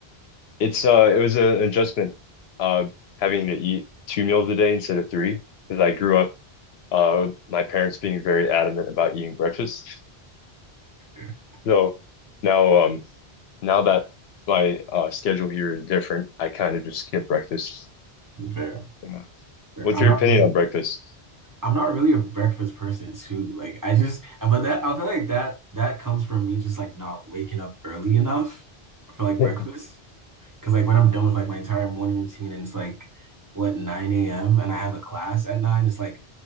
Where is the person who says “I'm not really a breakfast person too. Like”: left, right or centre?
Right